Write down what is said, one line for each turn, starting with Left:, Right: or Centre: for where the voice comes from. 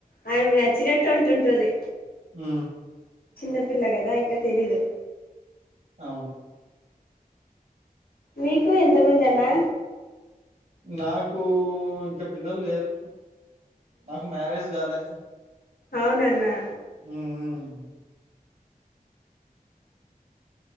Left: ఆయన నచ్చినట్టు అంటుంటుంది
Right: ఆ
Left: చిన్నపిల్ల కదా ఇంకా తెలీదు
Right: అవును
Left: మీకు ఎంతమంది అన్నా
Right: నాకు ఇంకా పిల్లలు లేరు నాకు మ్యారేజ్ కాలే
Left: అవునన్నా
Right: మ్మ్ హ్మ్